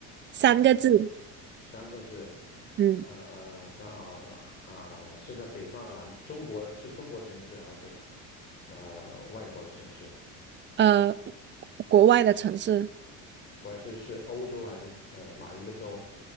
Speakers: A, on the right; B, on the left.
A: 三个字，
B: 三个字。
A: 嗯
B: 呃，上海啊，是在北方南中国是中国城市还是呃外国的城市？
A: 呃，国外的城市，
B: 还是是欧洲还是呃哪一个州？